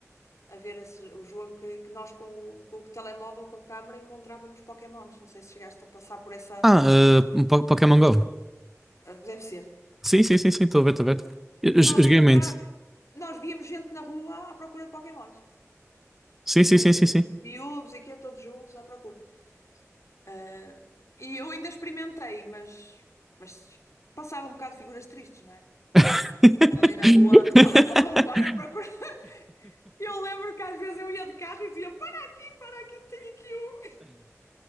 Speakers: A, on the left; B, in the centre.
A: a ver esse, o jogo que, que nós com, o com o telemóvel, com a câmara, encontrávamos Pokémons. Não sei se chegaste a passar por essa.
B: Ah, ah, um Po- Pokémon Go.
A: ah, Deve ser.
B: Sim, sim, sim, sim, estou a ver, estou a ver. Eu, eu
A: Nós
B: joguei
A: encontrar,
B: muito.
A: nós víamos gente na rua à procura de Pokémons.
B: Sim,
A: Pessoas,
B: sim, sim, sim, sim.
A: miúdos e quê, todos juntos à procura. Ah, e eu ainda experimentei, mas, mas passava um bocado de figuras tristes, não é?
B: <laughs>
A: Ali na rua, que telemóvel voar à procura. <laughs> Eu lembro que às vezes eu ia de carro e dizia: Para aqui, para aqui, tenho aqui